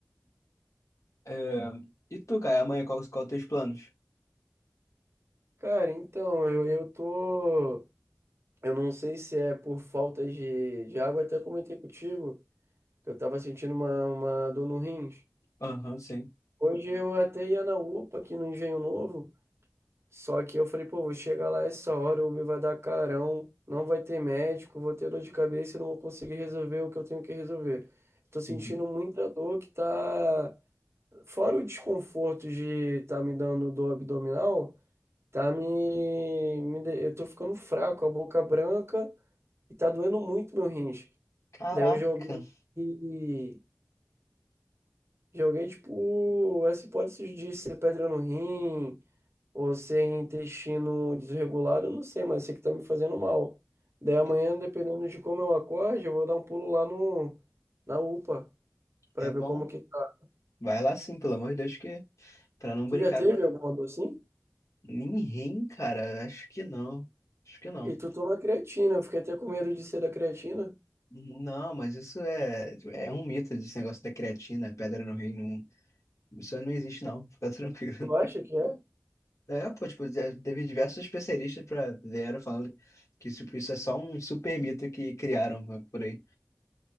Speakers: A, on the left; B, on the right.
A: É, e tu, cara, amanhã qual, qual os teus planos?
B: Cara, então, eu, eu tô. Eu não sei se é por falta de, de água, até comentei contigo que eu tava sentindo uma, uma dor no rins.
A: Aham, sim.
B: Hoje eu até ia na UPA aqui no Engenho Novo. Só que eu falei, pô, vou chegar lá essa hora, o Uber vai dar carão, não vai ter médico, vou ter dor de cabeça e não vou conseguir resolver o que eu tenho que resolver. Tô sentindo
A: Uhum.
B: muita dor que tá. Fora o desconforto de tá me dando dor abdominal, tá me. me de- Eu tô ficando fraco, a boca branca e tá doendo muito meu rins.
A: Caraca,
B: Daí eu joguei. Joguei, tipo, essa hipótese de ser pedra no rim Ou sem intestino desregulado, eu não sei, mas eu sei que tá me fazendo mal. Daí amanhã,
A: é
B: dependendo de como eu acorde, eu vou dar um pulo lá no, na UPA pra
A: é
B: ver
A: bom.
B: como que tá.
A: Vai lá sim, pelo amor de Deus, que pra não
B: Tu
A: brincar.
B: já teve alguma dor assim?
A: Ninguém, cara, acho que não. Acho que não.
B: E tu toma creatina, eu fiquei até com medo de ser da creatina.
A: Não, mas isso é, é um mito, desse negócio da creatina, pedra no rim, não, isso aí não existe não, fica <laughs> tranquilo.
B: Tu acha que é?
A: É, pô, tipo, já teve diversos especialistas pra vieram falando que tipo, isso é só um super mito que criaram né, por aí.